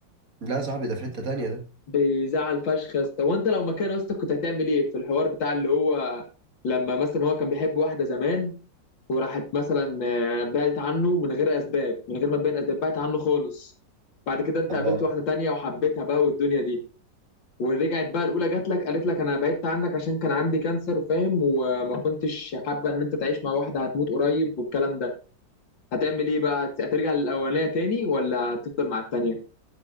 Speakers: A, on the right (about 50°); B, on the left (about 85°).
A: لا يا صاحبي ده في حتة تانية ده
B: بيزعل فشخ يا اسطى وانت لو مكان يا اسطى كنت هتعمل ايه في الحوار بتاع اللي هو لما مثلا هو كان بيحب واحده زمان وراحت مثلا آه، بعدت عنه من غير اسباب من غير ما تبين اسباب بعدت عنه خالص بعد كده انت
A: اه
B: قابلت واحده تانية وحبيتها بقى والدنيا دي ورجعت بقى الاولى جات لك قالت لك انا بعدت عنك عشان كان عندي كانسر فاهم وما كنتش حابه ان انت تعيش مع واحده هتموت قريب والكلام ده هتعمل ايه بقى هت- هترجع للاولانيه تاني ولا هتفضل مع التانيه